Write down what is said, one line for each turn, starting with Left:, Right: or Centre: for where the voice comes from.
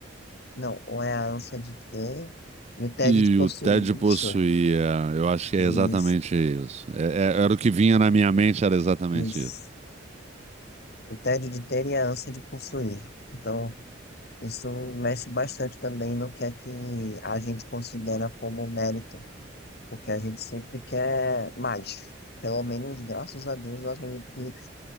Left: não, ou é a ânsia de ter, e o tédio
Right: E
Left: de possuir,
Right: o Ted
Left: isso,
Right: possuía, eu acho que
Left: isso,
Right: é exatamente isso. É- é- era o que vinha na minha mente, era exatamente
Left: isso.
Right: isso.
Left: O tédio de ter e a ânsia de possuir. Então, Isso mexe bastante também no que é que a gente considera como mérito, porque a gente sempre quer mais. Pelo menos, graças a Deus, eu acredito que